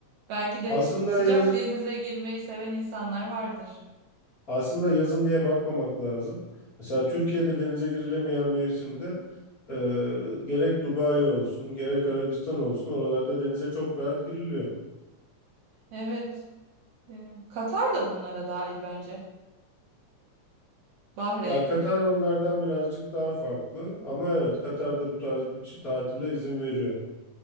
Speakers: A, on the right; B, on the left.
A: Belki de
B: Aslında
A: sıcak
B: yaz,
A: denize girmeyi seven insanlar vardır.
B: aslında yazın diye bakmamak lazım. Mesela Türkiye'de denize girilemeyen mevsimde e, gerek Dubai olsun, gerek Arabistan olsun oralarda denize çok rahat giriliyor.
A: Evet. Ee, Katar da bunlara dahil bence. Bahreyn.
B: Ya Katar onlardan birazcık daha farklı ama evet Katar'da bu tarz bir tatile izin veriyor.